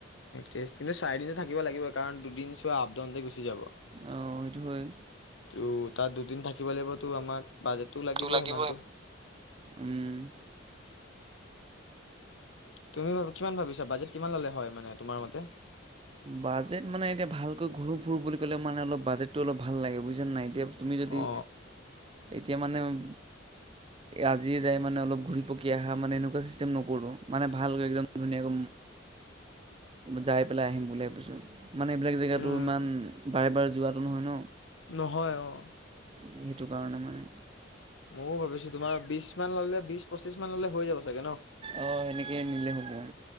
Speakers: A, on the left; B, on the right.
A: তেচ কিনে চাৰিদিনো থাকিব লাগিব কাৰণ দুদিন চোৱা আপডাউনতে গুচি যাব
B: অ সেইটো হয়
A: টো তাত দুদিন থাকিব লাগিবতো আমাক বাজেটো লাগিব
B: টো লাগিবই
A: সিমানটো
B: উম
A: তুমি ভা কিমান ভাবিছা বাজেট কিমান ললে হয় মানে তোমাৰ মতে
B: বাজেট মানে এতিয়া ভাল ঘুৰো ফুৰো বুলি কলে মানে অলপ বাজটটো অলপ ভাল লাগে বুজিছনে নাই এতিয়া তুমি যদি
A: অ
B: তিয়া মানে অম আজিয়ে যাই মানে অলপ ঘূৰি পকি অহা মানে এনেকোৱা চিচতেম নকৰোঁ মানে ভালকৈ একদম ধুনীয়া কৈ যাই পেলাই আহিম বুলি ভাবিছোঁ মানে এইবিলাক জেগাটো
A: উম
B: ইমান বাৰে বাৰে যোৱা নহয় ন
A: নহয় অ
B: সেইটো কাৰণে মানে
A: ময়ও ভাবিছো তোমাৰ বিশ মান ললে বিশ পঁচিশ মানলে হৈ যাব চাগে ন
B: অঁ সেনেকৈ নিলে হ'ব